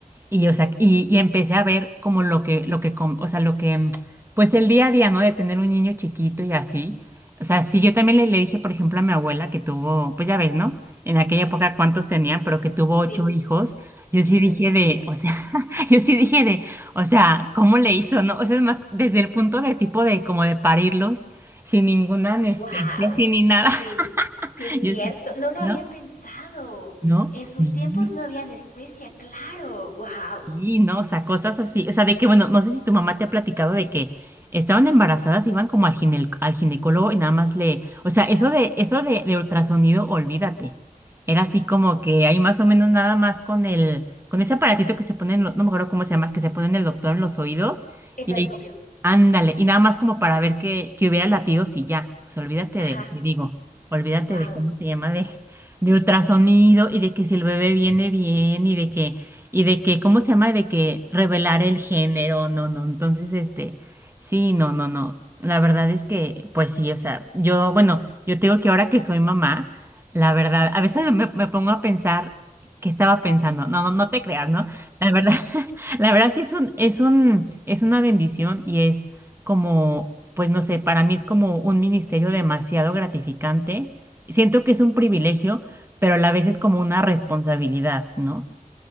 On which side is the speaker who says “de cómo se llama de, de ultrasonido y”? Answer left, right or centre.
Right